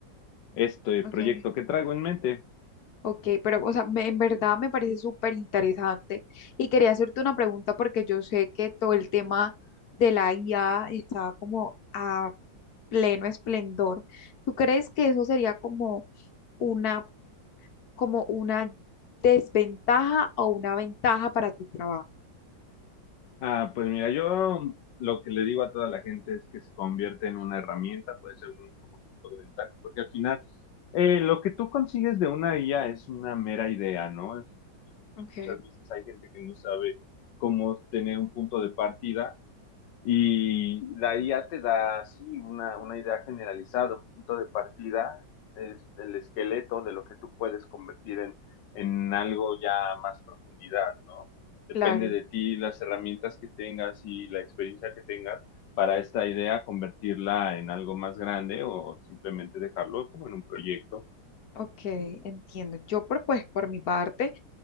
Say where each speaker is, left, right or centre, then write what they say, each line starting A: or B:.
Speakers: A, on the left; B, on the left.
A: este
B: ok.
A: proyecto que traigo en mente.
B: Ok, pero o sea, me- en verdad me parece súper interesante y quería hacerte una pregunta porque yo sé que todo el tema de la IA está como a pleno esplendor. ¿Tú crees que eso sería como... una como una desventaja o una ventaja para tu trabajo.
A: Ah, pues mira, yo lo que le digo a toda la gente es que se convierte en una herramienta, puede ser un, como tipo de ventaja, porque al final eh, lo que tú consigues de una IA es una mera idea, ¿no? Es-
B: Okay,
A: muchas veces hay gente que no sabe cómo tener un punto de partida y la IA te da así una, una idea generalizada, un punto de partida, es el esqueleto de lo que tú puedes convertir en, en algo ya más profundidad, ¿no? Depende
B: claro,
A: de ti las herramientas que tengas y la experiencia que tengas para esta idea, convertirla en algo más grande o simplemente dejarlo como en un proyecto.
B: Ok, entiendo. Yo por, pues por mi parte